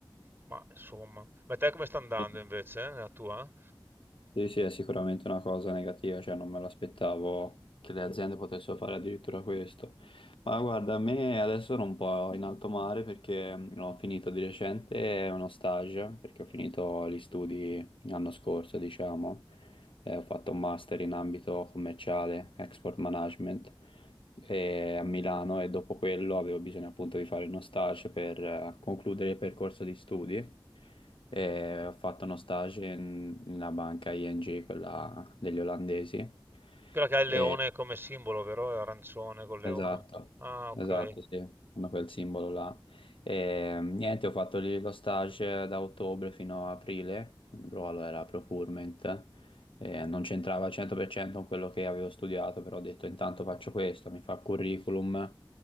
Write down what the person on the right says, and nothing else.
ma insomma. Ma te come sta andando
invece, eh, nella tua?
Quella che ha il leone
come simbolo, vero? È arancione col leone.
Ah, ok.